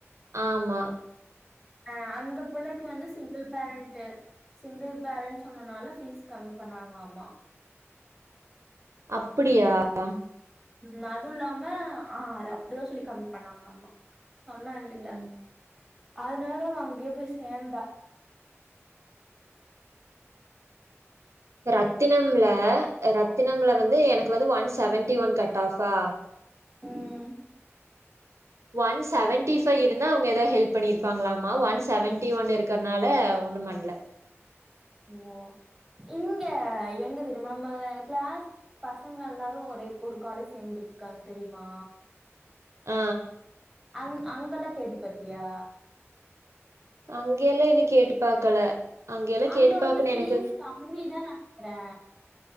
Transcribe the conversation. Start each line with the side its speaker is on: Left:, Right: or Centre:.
Right: ஆம்மா
Centre: அ அந்த புள்ளைக்கு வந்து சிங்கிள் பேரண்ட் த சிங்கிள் பேரண்ட்ஸ் சொன்னனால ஃபீஸ் கம்மி பண்ணாங்ளாமா
Right: அப்டியா அ
Centre: ம் அதுல்லாம ஆ அப்டிதா சொல்லி கம்மி பண்ணாங்ளாமா சொன்ன ஏங்கிட்ட
Right: ம்
Centre: அதுனாலதா அங்கியே போய் சேந்தா
Right: ரத்தினம்ல ரத்தினம்ல வந்து எனக்கு வந்து ஒன்ஸ் செவன்டிஒன் கட் ஆஃபா
Centre: ம்
Right: ஒன் செவன்டி பைவ் இருந்தா அவ்ங்க எதாது ஹெல்ப் பண்ணிருப்பாங்ளாமா ஒன் செவன்டிஒன் இருக்கறனால ஒன் ரு மண்ல
Centre: ஓ இங்க எங்க தெரிம்மா நம்ம கிளாஸ் பசங்க எல்லாரும் ஒரே ஒரு காலேஜ் சேந்துருக்காங்க தெரியுமா
Right: ஆ
Centre: அங் அங்கெல்லா கேட்டு பாத்தியா
Right: அங்கெல்லா இன்னு கேட்டு பாக்கல அங்கெல்லாம்
Centre: அங்க
Right: கேட்டு
Centre: வந்து
Right: பாக்கணும்
Centre: ஃபீஸ்
Right: எனக்கு
Centre: கம்மி தா நெனைக்றே